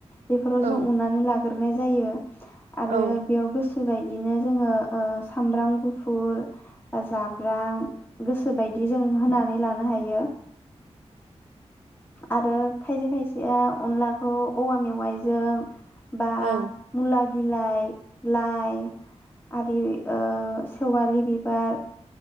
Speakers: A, on the left; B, on the right.
A: बेफोराव
B: औ
A: जों उननानै लाग गोरनाय जायो आरो
B: औ
A: बेयाव गोस बेबायदिनो जोङो ओ सामब्राम गुफुर जाब्रां गोसोबायदि जों होनानै लानो संनो हायो आरो खायसे खायसेया अनलाखौ औवा मेवाइजों बा
B: औ
A: मुला बिलाइ लाइ आरि ओ सेवालि बि <unintelligible>